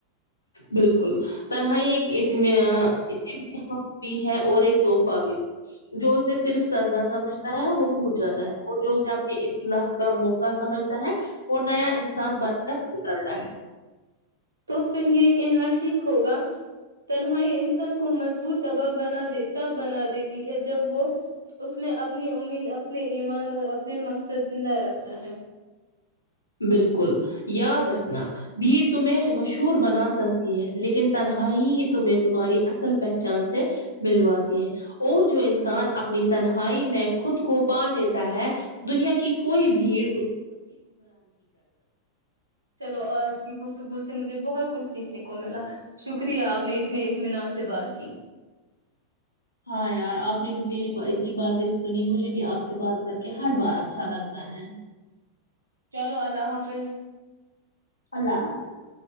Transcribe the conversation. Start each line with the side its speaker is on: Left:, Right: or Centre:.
Left: بالکل تنہائی ایک ا اطم اطمینان بھی ہے اور ایک تحفہ بھی جو اسے صرف سزا سمجھتا ہے وہ ٹوٹ جاتا ہے اور جو اسے اپنی اصلاح کا موقع سمجھتا ہے اور نیا انسان بن کر نکلتا ہے
Right: تو پھر یہ کہنا ٹھیک ہوگا تنہائی انسان کو مضبوط تباہ بنا د تب بنا دیتی ہے جب وہ اس میں اپنی امید اپنے ایمان اور اپنے مقصد زندہ رکھتا ہے
Left: بالکل یاد رکھنا بھیڑ تمہیں مشہور بنا سکتی ہے لیکن تنہائی ہی تمہیں تمہاری اصل پہچان سے ملواتی ہے اور جو ان انسان اپنی تنہائی میں خود کو پا لیتا ہے دنیا کی کوئی بھرد
Right: چلو اج کی گفتگو سے مجھے بہت کچھ سیکھ نہ کو ملا شکریہ آپ نے اتنے اطمینان سے بات کی
Left: ہاں یار آپ نے بھی میری اتنی باتیں سنی مجھے بھی آپ سے سے بات کر کے ہر بار اچھا لگتا ہے
Right: چلو اللہ حافظ
Left: اللہ حافظ